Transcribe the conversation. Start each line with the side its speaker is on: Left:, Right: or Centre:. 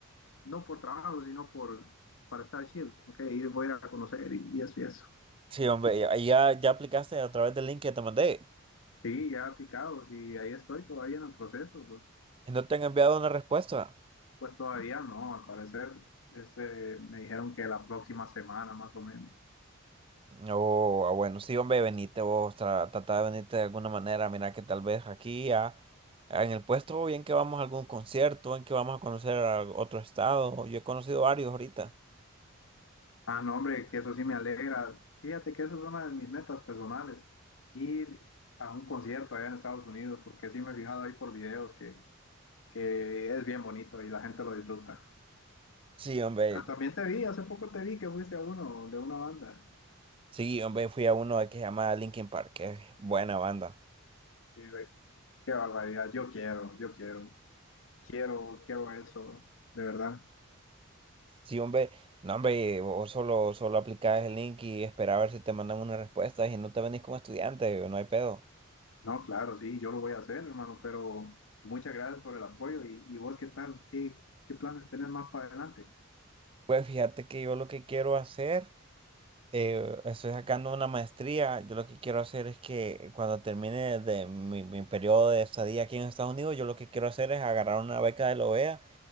Left: no por trabajo, sino por, para estar chill, ¿ok? Ir, voy a ir a conocer y, y eso y eso.
Right: Sí, hombre, ya, ya ya aplicaste a través del link que te mandé.
Left: Sí, ya aplicados y ahí estoy todavía en el proceso, bro.
Right: y No te han enviado una respuesta.
Left: Pues todavía no, al parecer, este, me dijeron que la próxima semana más o menos.
Right: O, ah, bueno, sí, hombre, venite vos, tra- trata de venirte de alguna manera. Mira que tal vez aquí a- a- en el puesto, bien que vamos a algún concierto, en que vamos a conocer a otro estado. Yo he conocido varios ahorita.
Left: Ah, no, hombre, que eso sí me alegra. Fíjate que esa es una de mis metas personales, ir a un concierto allá en Estados Unidos, porque sí me he fijado ahí por videos que, que es bien bonito y la gente lo disfruta.
Right: Sí, hombre.
Left: Ah, También te vi, hace poco te vi que fuiste a uno de una banda.
Right: Sí, hombre, fui a uno que se llama Linkin Park, que es buena banda.
Left: Qué, qué barbaridad, yo quiero, yo quiero, quiero, quiero eso, de verdad.
Right: Sí, hombre, no, hombre, vos solo, solo aplicabas el link y esperabas a ver si te mandan una respuesta y no te venís como estudiante, no hay pedo.
Left: No, claro, sí, yo lo voy a hacer, hermano, pero muchas gracias por el apoyo. ¿Y, y vos qué tal? ¿Qué, qué planes tenés más para adelante?
Right: Pues fíjate que yo lo que quiero hacer, eh, estoy sacando una maestría, yo lo que quiero hacer es que cuando termine de mi, mi periodo de estadía aquí en Estados Unidos, yo lo que quiero hacer es agarrar una beca de la OEA